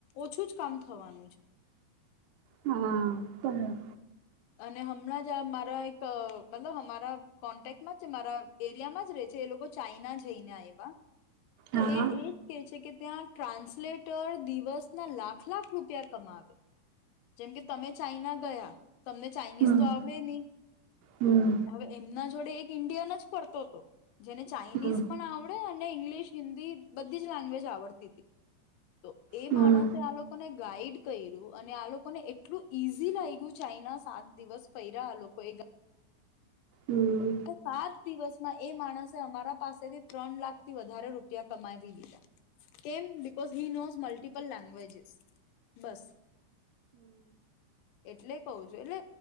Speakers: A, on the left (about 80°); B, on the right (about 75°).
A: ઓછું જ કામ થવાનું છે.
B: હા, બરા
A: અને હમણાં જ અ મારા એક અ મતલબ હમારા કોન્ટેક્ટમાં જ છે મારા એરિયામાં જ રેહ છે એ લોકો ચાઈના જઈને આયવા. તો
B: હા
A: એ એ જ કે છે કે ત્યાં ટ્રાન્સલેટર દિવસના લાખ લાખ રૂપિયા કમાવે, જેમ કે તમે ચાઈના ગયા તમને ચાઇનીઝ
B: હમ્મ
A: તો આવડે નહી.
B: હમ્મ
A: હવે એમના જોડ બે એક ઈન્ડિયન જ ફરતો તો. જેને ચાઇનીઝ
B: હમ્મ
A: પણ આવડ તો એને ઇંગ્લિશ, હિન્દી બધી જ લેંગ્વેજ આવડતી તી. તો એ
B: હમ્મ હમ્મ
A: માણસ આ લોક અને ગાઈડ કયરૂ અને આ લોકોને એટલું ઈઝી લાયગુ ચાઇના સાત દિવસ ફૈરા આ લોકો એ ગા
B: હમ્મ
A: તો ફાર દિવસમાં એ માણસે અમારા પાસેથી ત્રણ લાખથી વધારે રૂપિયા કમાવી લીધા, કેમ because he knows multiple languages બસ. એટલે કવ છું એટલે